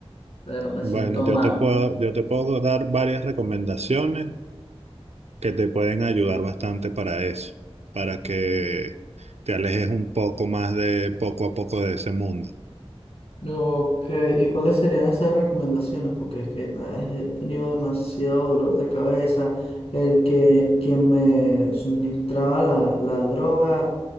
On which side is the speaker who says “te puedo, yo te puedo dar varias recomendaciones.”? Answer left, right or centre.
Right